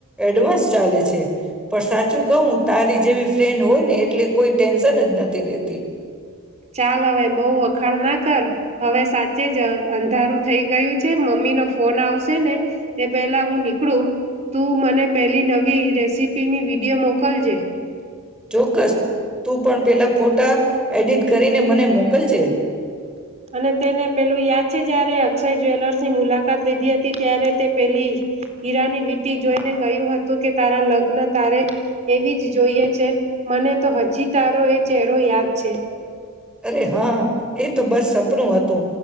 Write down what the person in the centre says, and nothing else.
એડવાન્સ ચાલે છે પણ સાચું કવું તારી જેવી ફ્રેન્ડ હોય ને એટલે કોઈ ટેન્શન જ નથી રેતી.
ચોક્કસ તું પણ પેલા ફોટા એડિટ કરીને મને મોકલજે.
અરે હા એ તો બસ સપનું હતું